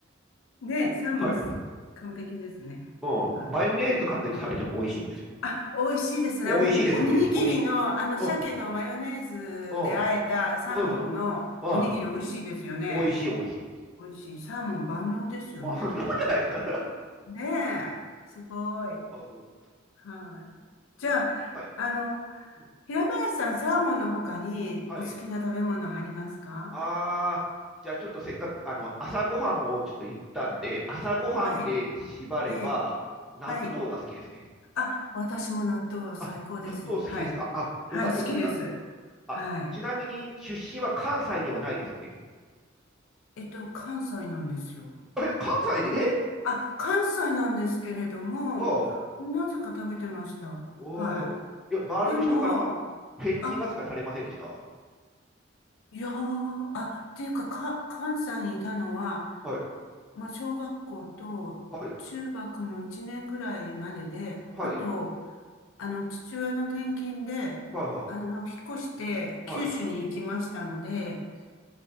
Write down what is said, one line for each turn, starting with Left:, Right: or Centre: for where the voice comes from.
Left: で、サーモンス、
Centre: はい。
Left: 完璧ですね。
Centre: うん。
Left: は
Centre: マヨネーズかけて食べても美味しいんですよ。
Left: い。ね。あ、美味しいですね。
Centre: 美味しいですよね。
Left: あの、おにぎりの、
Centre: 美味しい。
Left: あの、
Centre: うん。
Left: 鮭のマヨネーズで和えたサーモンのおにぎり美味しいですよね。
Centre: うん。そうそう。うん。美味しい、美味しい。
Left: 美味しい。サーモン万能ですよね。
Centre: 万能じゃないですか。
Left: ねえ。すごい。
Centre: <laughs> そうか、そ
Left: はい。じゃあ、
Centre: う。いはい。
Left: あの、
Centre: うん
Left: 平林さん、サーモンの他にお好きな食べ物ありますか
Centre: はい。あー、じゃあちょっとせっかく、あの、朝ごはんをちょっと言ったんで、朝ごはんで縛れば、
Left: はい。ええ。
Centre: 納豆が好きですね。
Left: はい。あ、私も納豆最高です。
Centre: あ、納豆好きですかあ、
Left: はい。はい、
Centre: よかった、
Left: 好きです。
Centre: よかった。あ、
Left: はい。
Centre: ちなみに出身は関西ではないですよね。
Left: えっと、関西なんですよ。
Centre: え、関西で、
Left: あ、
Centre: え
Left: あ関西なんですけれども、
Centre: ああ、
Left: なぜか食べてました。
Centre: おーいや、
Left: はい。
Centre: 周りの人から
Left: でも、
Centre: 変人扱いされませんでした
Left: あ、いやー、あ、っていうか、か、関西にいたのは、
Centre: はい、
Left: まあ、小学校と中学の1年ぐらいまでで、
Centre: はい、はい、
Left: あと、あの、父親の転勤で、
Centre: はい、
Left: あの、引っ越して九州に行きましたので、
Centre: はい、はい、は